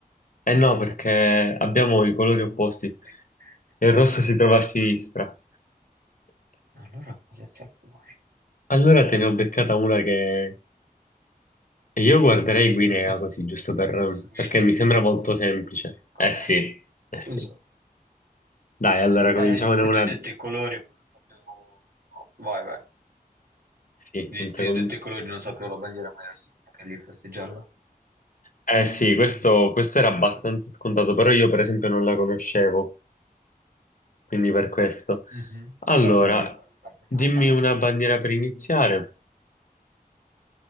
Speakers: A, on the left; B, on the right.
A: Eh no, perché abbiamo
B: Ah,
A: i colori
B: ah,
A: opposti.
B: forse lì.
A: Il
B: Sì,
A: rosso
B: sì, sì.
A: si trova a sinistra.
B: Allora cosa c'è poi?
A: Allora te ne ho beccata una che... E io guarderei Guinea
B: Eh,
A: così, giusto per...
B: eh, Guinea,
A: perché mi sembra molto semplice.
B: sì, ecco.
A: Eh sì,
B: No, te-
A: eh
B: Esatto.
A: sì. Dai, allora cominciamone
B: Eh, infatti
A: una...
B: ti ho detto i colori, ma non sapevo... Vai, vai.
A: Sì,
B: Di-
A: un secondo.
B: Ti ho detto i colori, non sapevo la bandiera, ma ero sicuro che lì fosse giallo.
A: Eh sì, questo,
B: Quindi...
A: questo era abbastanza
B: beh.
A: scontato, però io per esempio non la conoscevo, quindi per questo.
B: Mhm.
A: Allora,
B: Va bene, vai, vai, facciamo
A: dimmi
B: un'altra.
A: una bandiera per iniziare,